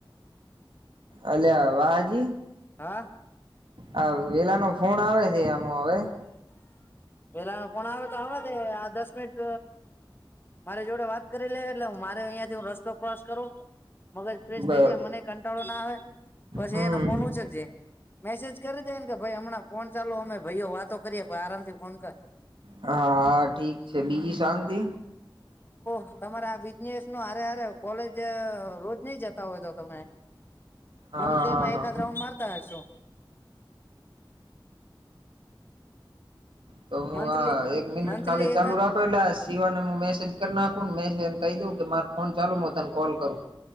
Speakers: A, on the right (about 75°); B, on the left (about 25°).
A: અલ્યા વાહાજી.
B: હા.
A: હ વેલા નો ફોન આવે છે આમ હવે.
B: વેલા કોણ આવે તો હવા દ આ દસ મનિટ મારી જોડે વાત કરી લે એટલે હું મારે અહિયાયા થી હ રસ્તો ક્રોસ કરો. મગજ ફ્રેશ
A: બર
B: થઈ જાય મને કંટાળો ના આવેય. પછ
A: હમ
B: એના ફોન ઉછક છે મેસેજ કરી દે ને, કે ભાઈ હમણાં ફોન ચાલો અમે. ભાઈઓ વાતો કરી આરામથી કોન કર.
A: હા ઠીક છે બીજી શાંતિ?
B: હ તમારે આ બિઝનેસ નું અરે અરે કોલેજ રોજ નઈ જતા હોય તો તમે?
A: હા
B: પણ તેમાં
A: હા હા
B: એકાદ રાઉન્ડ મારતા હશો.
A: તો હું
B: મંથલી
A: આ એક મિનિટ
B: મંથલી
A: કાલી ચાલુ
B: એકાદ
A: રાખો, એટલે સિવાને હું મેસેજ કર નાખું, ને મેસેજને કહી દઉં કે માર ફોન ચાલું મુ તને કોલ કરું